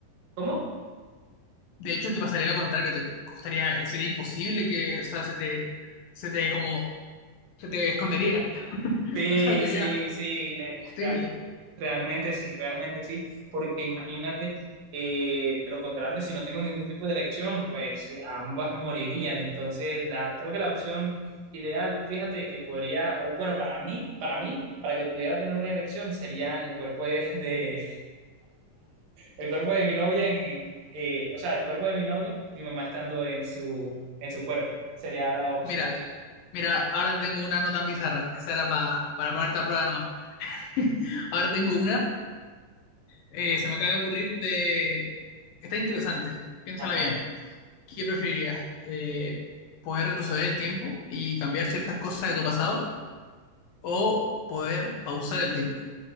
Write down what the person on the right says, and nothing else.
¿Cómo?
Sí,
sí, sí, le-
re- realmente sí, realmente sí, porque imagínate, eh, de lo contrario, si no tengo ningún tipo de erección, pues ambas morirían. Entonces, la, creo que la opción ideal, fíjate que podría, o bueno, para mí, para mí, para que pudiera tener una erección sería el cuerpo de, <laughs> de- el cuerpo de mi novia, en, eh, o sea, el cuerpo de mi novia, mi mamá estando en su, en su cuerpo, sería la opción
Ajá.